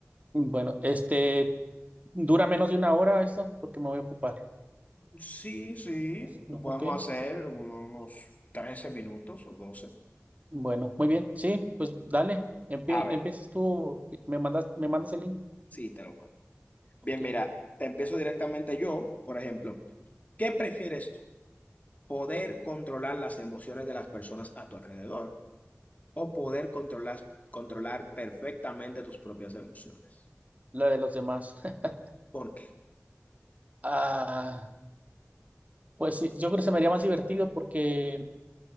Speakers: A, on the right; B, on the left.
A: bueno, este, ¿dura menos de una hora esto? Porque me voy a ocupar.
B: Sí, sí,
A: No,
B: lo podemos
A: ok,
B: hacer uno- unos 13 minutos o 12.
A: bueno, muy bien, sí, pues dale, empie-
B: A ver,
A: empieces tú, me mandas, me mandas el link.
B: sí, te lo cuento.
A: Ok,
B: Bien, mira, te empiezo directamente yo, por ejemplo, ¿qué prefieres tú? ¿Poder controlar las emociones de las personas a tu alrededor o poder controlar, controlar perfectamente tus propias emociones?
A: la de los demás. <laughs>
B: ¿Por qué?
A: Ah, pues sí, yo creo que se me haría más divertido porque,